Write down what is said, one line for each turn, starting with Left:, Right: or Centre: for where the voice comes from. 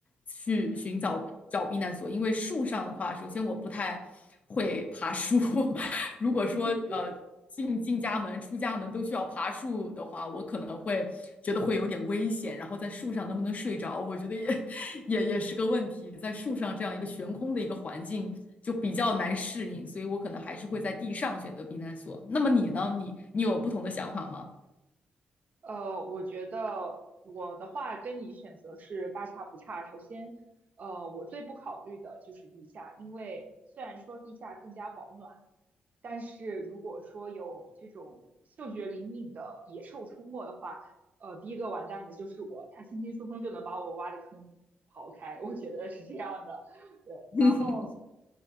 Left: 去寻找找避难所，
Right: 嗯。嗯嗯
Left: 因为树上的话，首先我不太会爬树，<laughs> 如果说呃进进家门、
Right: 嗯 <laughs>
Left: 出家门都需要爬树的话，我可能会觉得会有点危险，然后在树上能不能睡着，我觉得也 <laughs> 也也是个问题，在树上这样一个悬空的一个环境。就比较难适应，所以我可能还是会在地上选择避难所。那么你呢？你你有不同的想法吗？
Right: 呃，我觉得我的话跟你选择是大差不差。首先，呃，我最不考虑的就是地下，因为虽然说地下更加保暖，但是如果说有这种嗅觉灵敏的野兽出没的话，呃，第一个完蛋的就是我，它轻轻松松就能把我挖的坑刨开，我觉得是这样的。对，
Left: <laughs>
Right: 然后
Left: 嗯